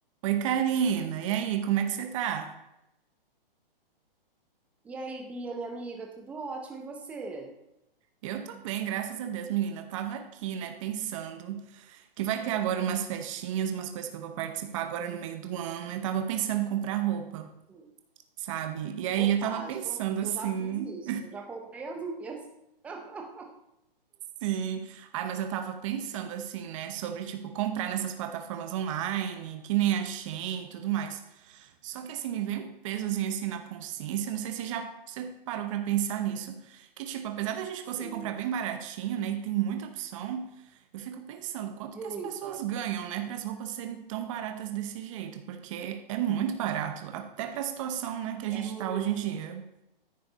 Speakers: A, on the right; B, in the centre.
A: Oi, Karina. E aí, como é que você tá?
B: E aí, Bia, minha amiga, tudo ótimo, e você?
A: Eu tô bem, graças a Deus, menina. Eu tava aqui, né, pensando que vai ter agora umas festinhas, umas coisas que eu vou participar agora no meio do ano. Eu tava pensando em comprar roupa,
B: Sim.
A: sabe? E aí
B: Opa,
A: eu tava pensando
B: já- eu
A: assim,
B: já fiz isso, eu já comprei as minhas. <laughs>
A: sim. Ai, mas eu tava pensando assim, né, sobre tipo comprar nessas plataformas online, que nem a Shein e tudo mais. Só que assim, me veio um pesozinho assim na consciência. Não sei se já você parou pra pensar nisso. Que tipo, apesar da gente
B: Sim,
A: conseguir comprar bem baratinho, né? E tem muita opção, eu fico pensando quanto
B: muita,
A: que as pessoas ganham, né? Para as roupas serem tão baratas desse jeito. Porque é muito barato, até pra situação, né, que a
B: é
A: gente
B: muito.
A: tá hoje em dia.